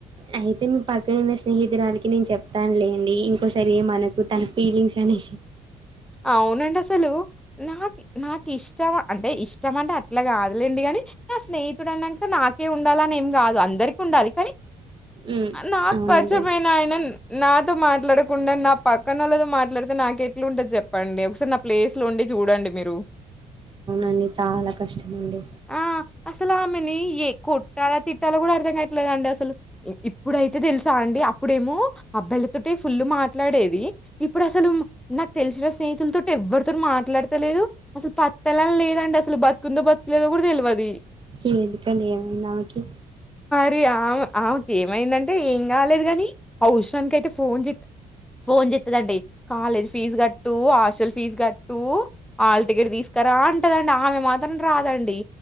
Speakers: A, on the right; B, in the centre.
A: అయితే మీ పక్కన ఉన్న స్నేహితురాలకి నేను చెప్తానులేండి ఇంకోసారి ఏమనకు తన ఫీలింగ్స్ అని
B: అవునండి అసలు నాకు నాకు ఇష్టం అంటే ఇష్టం అంటే అట్లా కాదులేండి కాని నా స్నేహితుడు అన్నాక నాకే ఉండాలని ఏం కాదు అందరికి ఉండాలి కానీ
A: ఉమ్,
B: నాకు
A: అవునండి
B: పరిచమైన ఆయన నాతో మాట్లాడకుండా నా పక్కన వాళ్ళతో మాట్లాడ్ డితే నాకు ఎట్లా ఉంటది చెప్పండి ఒకసారి నా ప్లేస్ లో ఉండి చూడండి మీరు
A: అండి చాలా కష్టమండి
B: ఆ! అసలు ఆమెని ఏ కొట్టాలా తిట్టాలా కూడా అర్థం కాయట్లేదండి అసలు ఇప్పుడైతే తెలుసా అండి ఇప్పుడేమో అబ్బాయిలతోటే ఫుల్ మాట్లాడేది ఇప్పుడు అసలు నాకు తెలిసిన స్నేహితులతోటి ఎవ్వరితో మాట్లాడతలేదు అసలు పత్ల లేదండి అసలు బతుకుందో బతుకులేదో కూడా తెల్వది
A: ఎందుకని ఏమైంది ఆమెకి
B: రి ఆ ఆమెకు ఏమైందంటే ఏం కాలేదు కానీ అవసరానికి అయితే ఫోన్ చెత్త ఫోన్ చెత్తదండి కాలేజ్ ఫీజు కట్ టు హాస్టల్ ఫీజు కట్టు హాల్ టికెట్ తీసుకరా అంటదండి ఆమె మాత్రం రాదండి